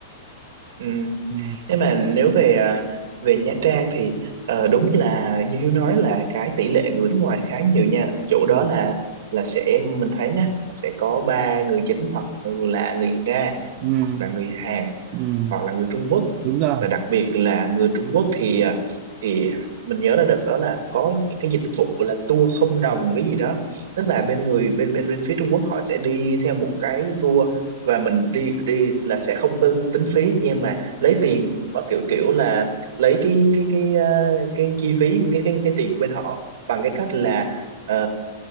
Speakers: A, on the right (about 70°); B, on the right (about 45°).
A: ừ
B: ừ,
A: nhưng mà nếu về à, về Nha Trang thì ờ, đúng là như Hiếu nói là cái tỷ lệ người nước ngoài khá nhiều nha chỗ
B: ừ,
A: đó là là sẽ mình thấy nhá là sẽ có ba người chính hoặc là người Nga
B: ừ,
A: hoặc là người Hàn
B: ừ,
A: hoặc là người Trung Quốc
B: đúng rồi
A: và đặc biệt là người Trung Quốc thì à, thì mình nhớ là đợt đó là có những cái dịch vụ là tour không đồng cái gì đó tức là bên người bên bên bên phía Trung Quốc họ sẽ đi theo một cái tour và mình đi đi là sẽ không có tính phí nhưng mà lấy tiền có kiểu kiểu là lấy cái cái cái ờ, cái chi phí cái cái cái tiền của bên họ bằng cái cách là ờ,